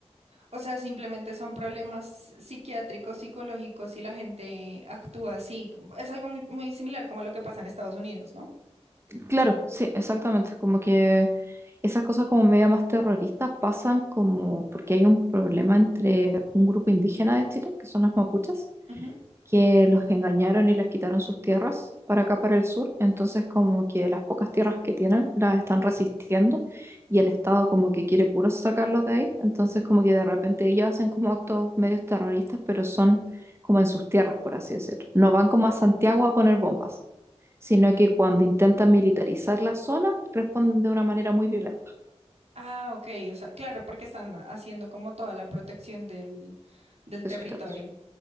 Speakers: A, on the right; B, on the right.
A: O sea, simplemente son problemas psiquiátricos, psicológicos y la gente actúa así. Es algo muy, muy similar como a lo que pasa en Estados Unidos, ¿no?
B: Claro, sí, exactamente. Como que esas cosas como media más terroristas pasan como porque hay un problema entre un grupo indígena de Chile, que son las mapuches,
A: Ujú.
B: que los engañaron y les quitaron sus tierras para acá, para el sur. Entonces, como que las pocas tierras que tienen las están resistiendo y el Estado como que quiere puro sacarlos de ahí. Entonces, como que de repente ellos hacen como actos medios terroristas, pero son como en sus tierras, por así decirlo. No van como a Santiago a poner bombas, sino
A: Eh,
B: que cuando intentan militarizar la zona, responden de una manera muy violenta
A: Ah, ok. O sea, claro, porque están haciendo como toda la protección del, del
B: de
A: territorio.
B: sus tierras.